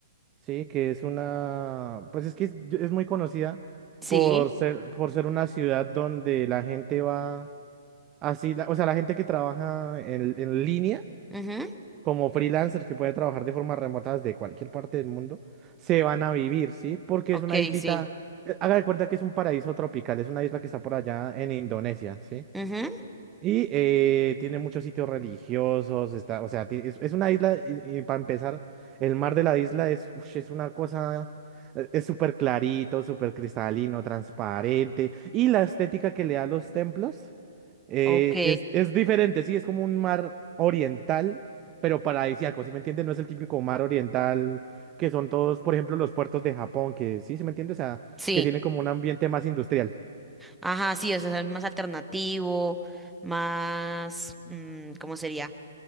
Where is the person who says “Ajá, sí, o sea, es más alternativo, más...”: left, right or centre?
Centre